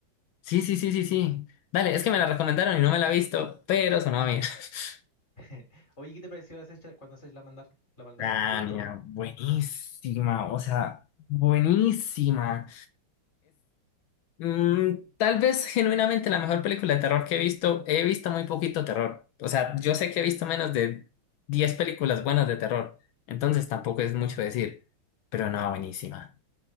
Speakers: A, on the left; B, on the left.
A: Sí, sí, sí, sí, sí. Dale, es que me la recomendaron y no me la he visto, pero sonaba bien. <laughs>
B: <laughs> Oye, ¿qué te pareció hacer- cuando haces la maldad, la maldad?
A: Ah,
B: ¿Te gustó?
A: mira, buenísima, o sea, buenísima. Mm, tal vez genuinamente la mejor película de terror que he visto, he visto muy poquito terror. O sea, yo sé que he visto menos de 10 películas buenas de terror, entonces tampoco es mucho decir, pero no, buenísima.